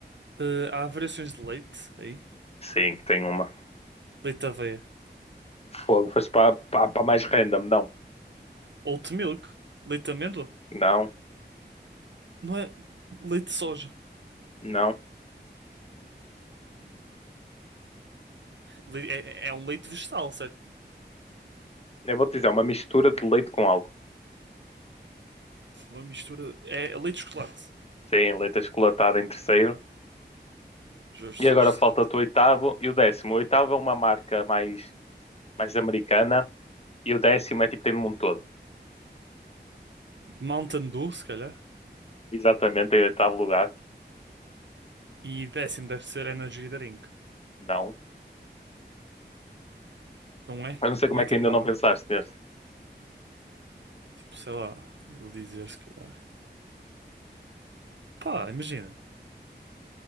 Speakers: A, on the right; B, on the left.
A: Eh, há variações de leite aí.
B: Sim, tem uma.
A: Leite de aveia.
B: Fogo, foste para, para, para mais random. Não,
A: Oat milk, leite de amêndoa.
B: não,
A: Não é leite de soja.
B: não.
A: Le- É, é um leite vegetal, certo?
B: Eu vou-te dizer, é uma mistura de leite com algo.
A: Uma mistura. É leite de chocolate.
B: Sim, leite achocolatado em terceiro.
A: Ah, Justo,
B: E agora
A: justo.
B: falta-te o oitavo e o décimo. O oitavo é uma marca mais, mais americana e o décimo é tipo tem no mundo todo.
A: Mountain Dew, se calhar.
B: Exatamente, em oitavo lugar.
A: E décimo deve ser Energy Drink.
B: Não.
A: Não é?
B: Eu não sei como
A: Não
B: é
A: é
B: que
A: tipo
B: ainda
A: uma
B: não
A: marca?
B: pensaste nesse.
A: Tipo, sei lá, vou dizer se calhar. Pá, imagina.